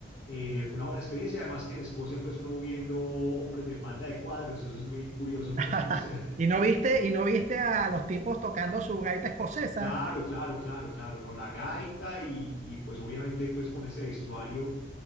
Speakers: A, on the left; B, on the right.
A: eh, fue una buena experiencia, además que en Escocia pues uno viendo hombres de falda de cuadros, eso es muy curioso
B: <laughs>
A: pues. <laughs>
B: ¿Y no viste, y no viste a los tipos tocando su gaita escocesa?
A: Claro, claro, claro, claro, ¿no? La gaita y, y pues obviamente pues con ese vestuario.